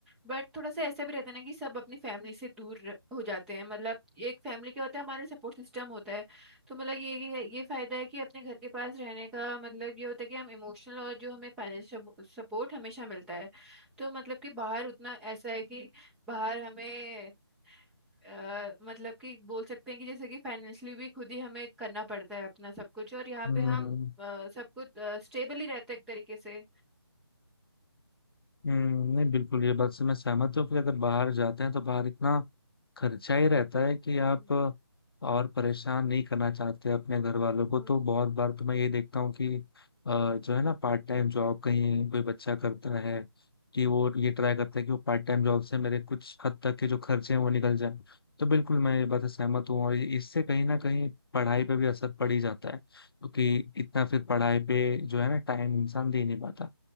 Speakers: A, in the centre; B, on the left.
A: बट थोड़ा सा ऐसा भी रहता है ना कि सब अपनी फैमिली से दूर र- हो जाते हैं मतलब एक फैमिली क्या होता है हमारा सपोर्ट सिस्टम होता है तो मतलब ये ये ये फायदा है कि अपने घर के पास रहने का मतलब ये होता है कि हम इमोशनल और जो हमें फाइनेंशियल सपोर्ट हमेशा मिलता है तो मतलब कि बाहर उतना ऐसा है कि बाहर हमें अ, मतलब कि बोल सकते हैं कि जैसे कि फाइनेंशियली भी खुद ही हमें करना पड़ता है अपना सब कुछ और यहाँ
B: हम्म
A: पे हम अ, सब कुछ स्टेबल ही रहते हैं एक तरीके से
B: हम्म, नहीं बिल्कुल ये बात से मैं सहमत हूँ कि अगर बाहर जाते हैं तो बाहर इतना खर्चा ही रहता है कि आप
A: हम्म
B: और परेशान नहीं करना चाहते अपने घर वालों को
A: हम्म
B: तो बहुत बार तो मैं ये देखता हूँ कि अ, जो है ना पार्ट टाइम जॉब कहीं कोई बच्चा करता है कि वो ये ट्राई करता है कि वो पार्ट टाइम जॉब से मेरे कुछ हद तक के जो खर्चे हैं वो निकल जाए तो बिल्कुल मैं ये बात से सहमत हूँ और इससे कहीं ना कहीं पढ़ाई पे भी असर पड़ ही जाता है क्योंकि इतना फिर पढ़ाई पे जो है ना टाइम इंसान दे नहीं पाता